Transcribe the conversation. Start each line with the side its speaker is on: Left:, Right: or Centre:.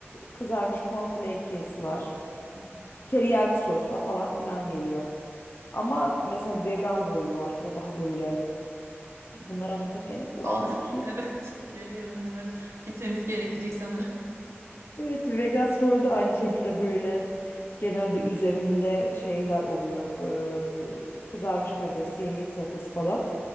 Left: Kızarmış cornflake kesi var.
Right: Hmm.
Left: Teriyaki sosla falan filan geliyor. Ama mesela vegan rol var. O daha böyle. Bunları anlatırken hep
Right: Aa,
Left: ağzım sulandı.
Right: <laughs> evet, görüyorum. Hemen gitmemiz gerekecek sanırım.
Left: Evet, Vegas rol de aynı şekilde böyle. Genelde üzerinde şeyler oluyor. bö- Kızarmış karides, yengeç salatası falan.